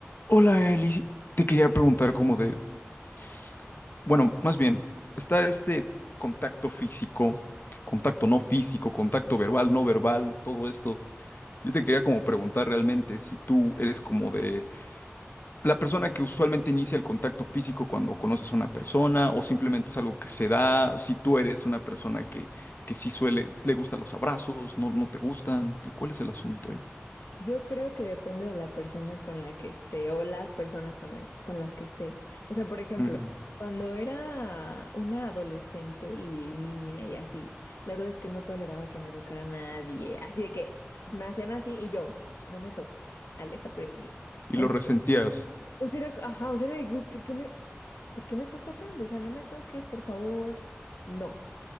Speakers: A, on the left; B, on the left.
A: Hola, Eli. Te quería preguntar como de... s- Bueno, más bien, está este contacto físico, contacto no físico, contacto verbal, no verbal, todo esto. Yo te quería como preguntar realmente si tú eres como de la persona que usualmente inicia el contacto físico cuando conoces a una persona o simplemente es algo que se da, si tú eres una persona que, que sí suele, le gustan los abrazos, no, no te gustan, que- ¿cuál es el asunto ahí?
B: Yo creo que depende de la persona con la que esté o las personas con la- con las que esté. O sea, por ejemplo,
A: Ujú,
B: cuando era una adolescente y niña y así, la verdad es que no toleraba que me tocara nadie. Así de que me hacían así y yo, no me toques, aléjate de mí.
A: Y
B: O
A: lo
B: sea,
A: resentías.
B: o sea, era, ajá, o sea, era de, güey, ¿por qué me, por qué me estás tocando? O sea, no me toques, por favor. No.